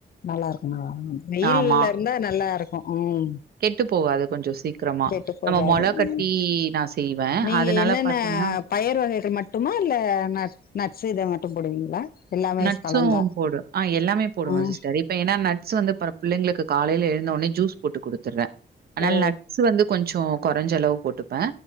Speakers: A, on the left; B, on the right.
A: நல்லா இருக்கு நல்லா இருக் வெயில்ல
B: ஆமா.
A: இருந்தா நல்லா இருக்கு ம்
B: கெட்டு போவாது கொஞ்ச சீக் க்கிரமா
A: கெட்டு போகாது
B: நம்ம மொள கட்டி
A: ம்
B: நான் செய்வேன்
A: நீங்க
B: அதனால
A: என்னென்ன
B: பாத்தீங்கன்னா
A: பயர் வகைகள் மட்டுமா இல்ல நடஸ்ஸு இதை மட்டும் போடுவீங்களா எல்லாமே
B: நட்சும்
A: கலந்தா
B: போடு ஆ எல்லாமே போடுவே
A: ம்
B: சிஸ்டர் இப் ஏன்னா நட்ஸ் வந்து பற பிள்ளைங்க காலைல எழுந்தோன உடனே ஜூஸ் போட்டு கொடுத்துடுவே அதனால
A: ஓ
B: நட்ஸ் வந்து கொஞ்சோ குறஞ்ச அளவு போட்டுப்பே